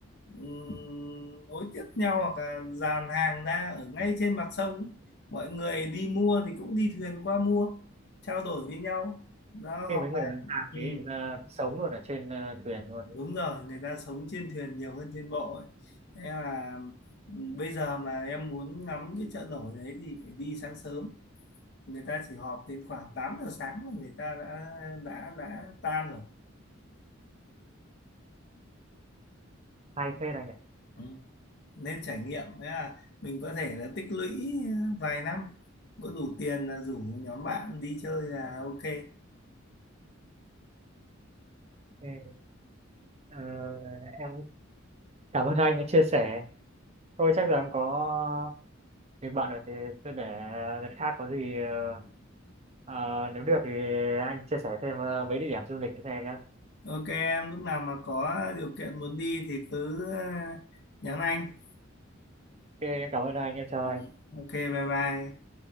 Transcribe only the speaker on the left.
ừm, nối tiếp nhau hoặc là dàn hàng ra ở ngay trên mặt sông mọi người đi mua thì cũng đi thuyền qua mua trao đổi với nhau đó
họp
bàn
ừ,
đúng rồi người ta sống trên thuyền nhiều hơn trên bộ ấy. Thế là bây giờ mà em muốn ngắm cái chợ nổi đấy thì phải đi sáng sớm người ta chỉ họp đến khoảng 8 giờ sáng là người ta đã đã đã tan rồi
ừ. nên trải nghiệm Thế là mình có thể là tích lũy ờ, vài năm có đủ tiền là rủ nhóm bạn đi chơi là ok
ok em lúc nào mà có điều kiện muốn đi thì cứ ờ, nhắn anh
Ờ,
ok bye bye